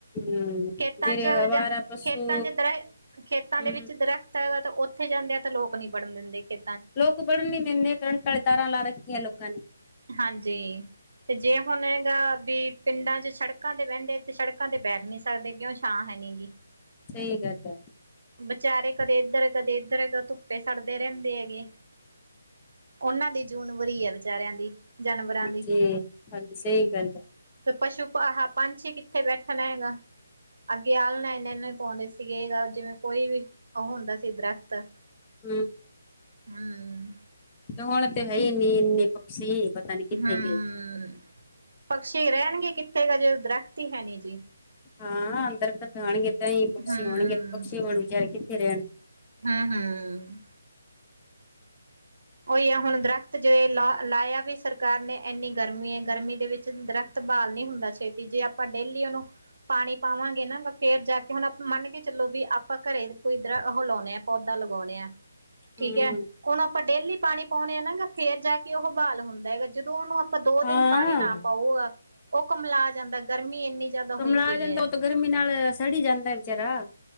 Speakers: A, on the left; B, on the right.
A: ਹੂੰ।
B: ਖੇਤਾਂ
A: ਜਿਹੜੇ
B: ਚ
A: ਅਵਾਰਾ
B: ਜਾਂ
A: ਪਸੂ
B: ਖੇਤਾਂ ਚ ਦਰਖਤ, ਖੇਤਾਂ
A: ਹੂੰ
B: ਦੇ ਵਿੱਚ ਦਰਖਤ, ਤਾਂ ਹੈਗਾ ਔਥੇ ਜਾਂਦੇ ਆ ਤਾਂ ਲੋਕ ਨੀ ਬਨਨ ਦਿੰਦੇ ਕਿ
A: ਲੋਕ ਬੜਨ ਨੀ ਦਿੰਦੇ ਕਰੰਟ ਆਲੀ ਤਾਰਾਂ ਲਾ ਰੱਖੀਆਂ ਲੋਕਾਂ ਨੇ।
B: ਹਂਜੀ, ਤੇ ਜੇ ਹੁਨ ਹੈਗਾ ਵੀ ਪਿੰਡਾਂ ਚ ਸੜਕਾਂ ਤੇ ਬੈਂਦੇ ਤੇ ਸੜਕਾਂ ਤੇ ਬੈਠ ਨਹੀਂ। ਸਾਡੇ ਕਿਉਂ ਛਾਂ ਹੈ ਨਹੀਂ ਜੀ।
A: ਸਹੀ ਗੱਢ ਹੈ।
B: ਵਿਚਾਰੇ ਕਦੇ ਇੱਧਰ ਕਦੇ ਇੱਧਰ ਧੁੱਪੇ ਸੜਦੇ ਰੈੱਦੇ ਹੈਗੇ। ਉਨਾਂ ਦੀ ਜੂਨ ਬੁਰੀ ਹੈ ਵਿਚਾਰਿਆਂ ਦੀ। ਜਾਨਵਰਾਂ
A: ਹਂਜੀ,
B: ਦੀ।
A: ਹਂਜੀ ਸਹੀ ਗੱਲ ਹੈ।
B: ਤੇ ਪਸ਼ੂ ਆਹਾ ਪੰਛੀ ਕਿੱਥੇ ਬੈਠਨਾ ਹੈਗਾ। ਅੱਗੇ ਆਲਨਾ ਇਨੇ ਇਨ ਹੀ ਪਾਂਦੇ ਸੀਗੇ। ਜਿਵੇਂ ਕੋਈ ਵੀ ਔਹ ਹੁੰਦਾ ਸੀ ਦਰੱਖ਼ਤ
A: ਹੂੰ।
B: ਹਾਂ।
A: ਹਨ ਤੇ ਹੈ ਨੀ ਇੰਨੇ ਪਕਛੀ ਪਤਾ ਨੀ ਕਿੱਥੇ
B: ਹੂੰ
A: ਗਏ।
B: ਪਕਸ਼ੀ ਰਹਿਨਗੇ ਕਿੱਥੇ ਜੇ ਦਰੱਖ਼ਤ ਹੀ ਹੈ ਨਹੀਂ ਜੀ।
A: ਹਾਂ ਅੰਦਰ ਤਾਂ ਜਾਨਗੇ ਹੀ ਪਕਸ਼ੀ
B: ਹੂੰ
A: ਹੋਨਗੇ ਪਕਸ਼ੀ ਹੁਨ ਵਿਚਾਰੇ ਕਿੱਥੇ ਰੈਨਗੇ।
B: ਹਾਂ -ਹਾਂ- ਹਾ- ਔਹੀ ਹੈ ਹੁਨਦਰੱਖ਼ਤ ਜੇ ਲਾ ਲਾਇਆ ਵੀ ਸਰਕਾਰ ਨੇ ਇੰਨੀ ਗਰਮੀ ਏ ਗਰਮੀ ਦੇ ਵਿੱਚ ਦਰੱਖ਼ਤ ਬਹਾਲ ਨਹੀਂ ਹੁੰਦਾ ਛੇਤੀ ਜੇ ਆਪਾਂ ਡੇਲੀ ਉਨੂੰ ਪਾਨੀ ਪਾਵਾਂਗੇ ਨਾ। ਫੇਰ ਜਾ ਕੇ ਹੁਨ ਮੰਨ ਕੇ ਚਲੋ ਵੀ ਆਪਾਂ ਘਰੇ ਕੋਈ ਪੋਧਾ ਲਾਗਾਉਨੇ ਆਂ ਪੌਦਾ ਲਗਾਉਂਨੇ ਆਂ। ਠੀਕ
A: ਹੂੰ
B: ਹੈ ਹੁਨ ਆਪਾਂ ਡੇਲੀ ਪਾਨੀ ਪਾਉਨੇ ਆ ਨਾ ਫੇਰ ਜਾ ਕੇ ਔਹ ਬਾਹਾਲ ਹੁੰਦਾ ਹੈਗਾ। ਜਦੋਂ ਉਨੂੰ ਆਪਾਂ ਦੋ ਦਿਨ
A: ਹਾਂ
B: ਪਾਨੀ ਨਾ ਪਾਉ ਆ ਔਹ ਕੁਮਲਾ ਜਾਂਦਾ ਗਰਮੀ ਇੰਨੀ। ਜ਼ਿਆਦਾ
A: ਕੁਮਲਾ
B: ਹੋਈ ਪਈ
A: ਜਾਂਦਾ
B: ਹੈ
A: ਔਹ ਤਾਂ ਗਰਮੀ ਨਾਲ ਸੜ ਈ ਜਾਂਦਾ ਵਿਚਾਰਾ।